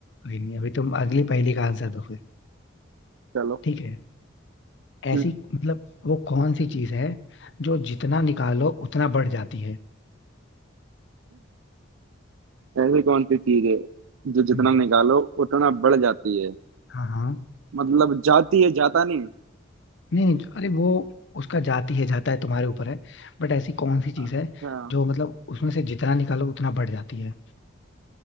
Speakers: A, on the left; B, on the right.
A: कोई नहीं अभी तुम अगली पहेली का आंसर दो फिर
B: चलो
A: ठीक है ऐसी
B: हम्म,
A: मतलब वो कौन सी चीज है जो जितना निकालो उतना बढ़ जाती है
B: ऐसी कौन सी चीज है जो
A: हम्म,
B: जितना निकालो उतना बढ़ जाती है
A: हाँ हाँ
B: मतलब जाती है जाता नहीं
A: नहीं नहीं अरे वो उसका जाती है जाता है तुम्हारे ऊपर है बट ऐसी कौन सी चीज
B: अच्छा
A: है जो मतलब उसमें से जितना निकालो उतना बढ़ जाती है